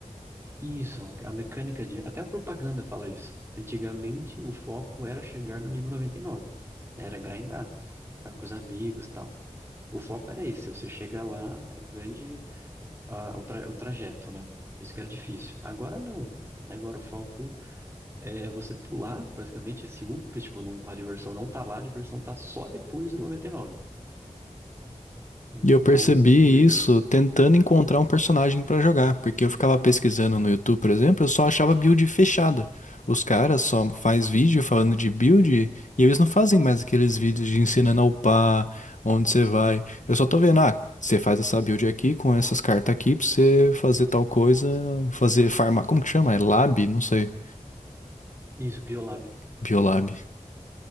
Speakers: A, on the right; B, on the left.
A: Isso, a mecânica de. Até a propaganda fala isso. Antigamente, o foco era chegar no nível 99. Era grindar, ficar com os amigos e tal. O foco era isso. Se você chegar lá, era o grande. ah, o, tra- o trajeto, né? Isso que era difícil. Agora não. Agora o foco é você pular, praticamente, esse up. Tipo, não, a diversão não tá lá, a diversão tá só depois do 99. Então,
B: E eu percebi
A: ele.
B: isso tentando encontrar um personagem pra jogar, porque eu ficava pesquisando no YouTube, por exemplo, eu só achava build fechada. Os caras só faz vídeo falando de build e eles não fazem mais aqueles vídeos de ensinando a upar, onde você vai. Eu só tô vendo, ah, você faz essa build aqui com essas cartas aqui pra você fazer tal coisa, fazer farmar, como que chama? É lab? Não sei.
A: Isso, Biolab.
B: Biolab.